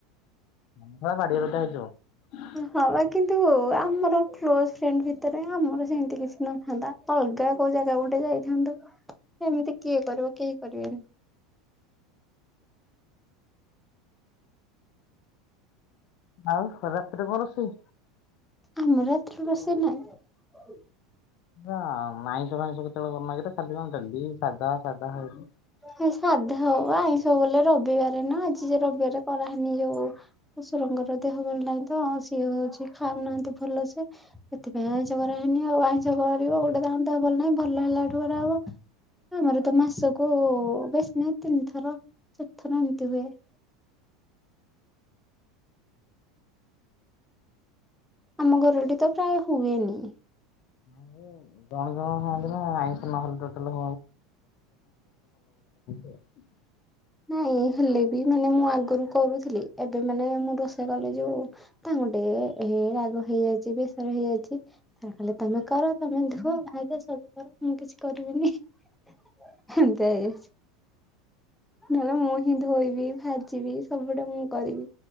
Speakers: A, on the left (about 55°); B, in the centre.
A: <unintelligible>
B: ହଁ ବା କିନ୍ତୁ ଆମର କ୍ଲୋଜ ଫ୍ରେଣ୍ଡ ଭିତରେ ଆମର ସେମିତି କିଛି ନଥାନ୍ତା। ଅଲଗା କୋଉ ଜାଗା ଗୋଟେ ଯାଇଥାନ୍ତୁ। ଏମିତି କିଏ କରିବ କେହି କରିବେନି। <inaudible>
A: ଆଉ ରାତିରେ କଣ ରୋଷେଇ।
B: ଆମରତ୍ର ବସେ ନାଇଁ। <inaudible>
A: ଆଇଁଷ ଫାଇଁଷ କେତେବେଳେ ଗାଗା ଖାଲି କଣ ଦେଡଲି ସାଢଧା ସାଢଧା ହେଇି
B: ଏଇ ସାଧା। ହଉ ଆଇଁଷ ବଲେ ରବିବାର ନା ଆଜି ଯେ ରବିବାର କରାହେଇନି। ଯୋଉ ଶଶୁରଙ୍କର ଦେହ ଭଲ ନାହିଁ ତ ସିଏ ହଉଛି ଖାଉନାହାନ୍ତି। ଭଲ ସେ ସେଥିପାଇଁ ଆଇଁଷ କରାହେଇନି। ଆଉ ଆଇଁଷ କରିବ ଗୋଟେ ଦେହ ଭଲ ନାହିଁ। ଭଲ ହେଲାଠୁ କରାହବ। ଆମର ତ ମାସ କୋ ବେଶୀ ନାହିଁ ତିନି ଥର ଚାରି ଥର ଏମିତି ହୁଏ। <inaudible> ଆମ ଘରଟି ତ ପ୍ରାୟ ହୁଏନି।
A: ନାଇଁ ଜଣେ ଜଣ ଖାଆନ୍ତିନି ଆଇଁଷ ନହେଲେ ଟୋଟାଲ <unintelligible> <unintelligible>
B: ନାଇଁ ହେଲେ ବି ମାନେ ମୁଁ ଆଗରୁ କରୁଥିଲି। ଏବେ ମାନେ ମୁଁ ରୋଷେଇ କଲି ଯୋଉ ତାଙ୍କୁ ଟିକେ ଏ ରାଗ ହେଇଯାଇଛି ବେସର ହେଇଯାଇଛି। ତା କଲେ ତମେ କର ତମେ ଦୁହ ଭାଙ୍ଗ ସବୁ କର ମୁଁ କିଛି କରିବିନି। <unintelligible> ନହେଲେ ମୁଁ ହିଁ ଧୋଇବି ଭାଜିବି ସବୁଆଡେ ମୁଁ କରିବି।